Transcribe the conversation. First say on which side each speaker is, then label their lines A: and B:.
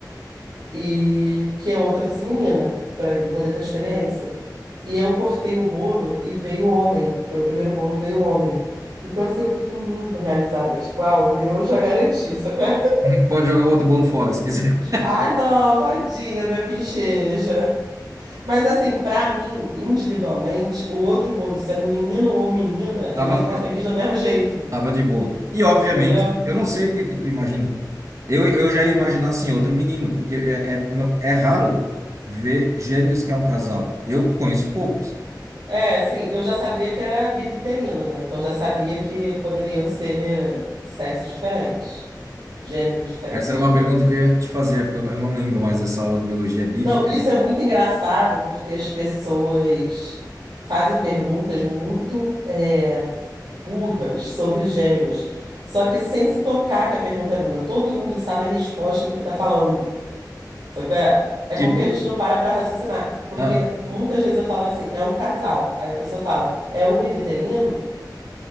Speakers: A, on the right; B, on the right.
A: e que a outra fosse menina, para ele poder ter a experiência. E eu cortei o bolo e veio homem. Foi o primeiro bolo, veio homem. Então, assim, eu fiquei muito realizada. Tipo, ah, o meu eu já garanti, só que... <laughs>
B: <laughs> Pode jogar o outro bolo fora, se quiser.
A: Ai, não, tadinha, minha pincheja. Mas assim, pra mim, individualmente, o outro bolo sendo menino ou menina,
B: <laughs>
A: eu
B: Tava,
A: ia ficar
B: ta-
A: feliz do mesmo jeito,
B: tava de boa. E obviamente,
A: entendeu?
B: eu não sei o que que tu imagina. Eu, eu já ia imaginar assim, outro menino, porque é, é, não- é raro ver gêmeos que é um casal. Eu conheço poucos.
A: É, assim, eu já sabia que era bivitelino, né? Então já sabia que poderiam ser sexos diferentes, gêneros diferentes,
B: Essa era uma
A: né?
B: pergunta que eu ia te fazer, é porque eu eu não lembro mais dessa aula de biologia. É bivi.
A: Não, isso é muito engraçado porque as pessoas fazem perguntas muito é, burras sobre gêmeos, só que sem se tocar que a pergunta é burra. Todo mundo sabe a resposta do que tá falando. Só que é, é
B: Tipo,
A: porque a gente não para pra raciocinar. Porque
B: Ah,
A: muitas vezes eu falava assim, é um casal. Aí a pessoa fala, é univitelino?